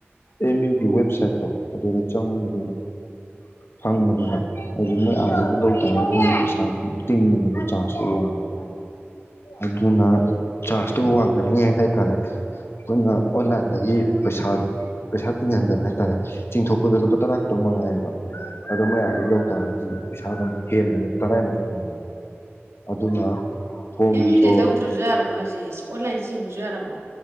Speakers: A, on the left; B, on the right.
A: ꯑꯦꯝ ꯌꯨꯒꯤ ꯋꯦꯕꯁꯥꯏꯠ꯫ ꯑꯗꯨꯗ ꯆꯪꯉꯥ ꯔꫭꯏꯗꯝ꯫ ꯐꯪꯕꯅꯤꯗ꯫ ꯑꯗꯨ ꯅꫭꯏ
B: ꯎꯝ
A: ꯑꯗꯗꯤ ꯂꯩ꯫ ꯑꯗꯨꯗꯤ ꯄꯩꯁꯥ ꯇꯤꯡꯕꯅꯦꯕ ꯆꯥꯔꯖ꯫ ꯋꯥꯡꯉ ꯑꯗꯨꯅ ꯆꯥꯔꯖꯇꯣ ꯋꯥꯡꯗꯅꯤꯉꯥꯏ ꯍꯥꯏꯇꯥꯔꯦ ꯑꯩꯈꯣꯏꯅ ꯑꯣꯟꯂꯥꯏꯟꯗꯒꯤ ꯄꯩꯁꯥ ꯄꯩꯁꯥ ꯇꯤꯡꯍꯟꯗꯅ ꯍꯥꯏꯇꯥꯔꯦ ꯆꯤꯡꯊꯣꯛꯄꯗ ꯂꯨꯄꯥ ꯇꯔꯥ ꯈꯛꯇꯪ ꯃꯉꯥꯏꯌꯦꯕ ꯑꯗꯣ ꯃꯌꯥꯝꯗ ꯂꯧ ꯇꯥꯔꯒꯗꯤ ꯄꯩꯁꯥ ꯑꯗꯨꯝ ꯍꯦꯟꯕꯅꯦꯕ ꯇꯔꯥꯏ ꯃꯊꯛꯅꯦꯕ ꯑꯗꯨꯅ ꯐꯣꯝꯗꯣ
B: ꯑꯦꯝ ꯌꯨꯩ ꯂꯧꯗ꯭ꯔꯁꯨ ꯌꯥꯔꯕꯣ ꯍꯥꯏꯁꯦ ꯑꯩꯁꯦ ꯑꯣꯟꯂꯥꯏꯟꯗ ꯆꯤꯡꯕꯁꯨ ꯌꯥꯔꯕꯣ